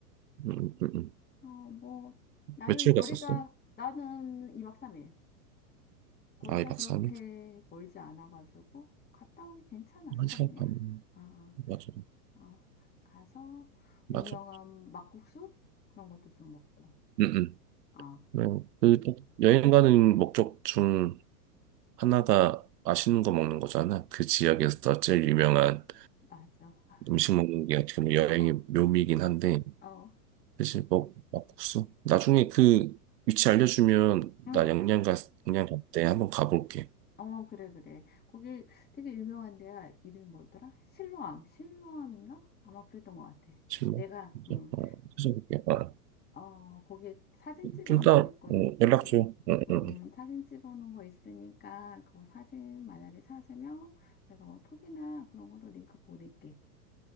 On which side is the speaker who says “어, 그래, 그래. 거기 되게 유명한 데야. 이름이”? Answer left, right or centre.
Left